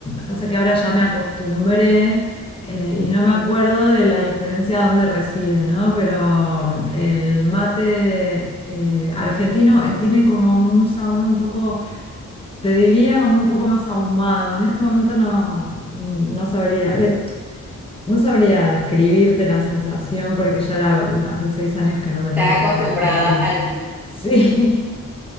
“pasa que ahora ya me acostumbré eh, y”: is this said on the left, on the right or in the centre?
Left